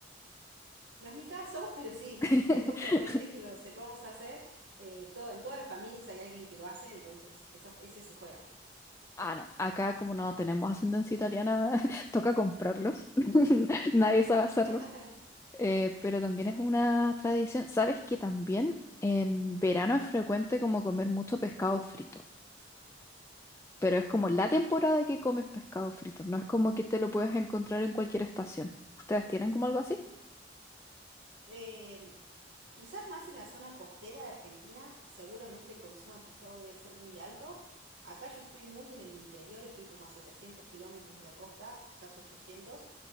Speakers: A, on the right; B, on the left.
A: No es mi caso, <laughs> pero sí,
B: <laughs>
A: es muy frecuente que lo sepamos hacer. eh, todo, en todas las familias hay alguien que lo hace, entonces esa, ese se juega. Sí.
B: Ah, no. Acá como no tenemos ascendencia italiana, <laughs> toca comprarlos. <laughs> Nadie sabe hacerlos.
A: <laughs>
B: Eh, pero también es una tradición. ¿Sabes que también en verano es frecuente como comer mucho pescado frito? Pero es como la temporada que comes pescado frito. No es como que te lo puedes encontrar en cualquier estación. ¿Ustedes tienen como algo así?
A: Em, quizás más en la zona costera de Argentina, seguramente el consumo de pescado debe ser muy alto. Acá yo estoy muy en el interior, estoy como a 700 kilómetros de la costa, quizás 800.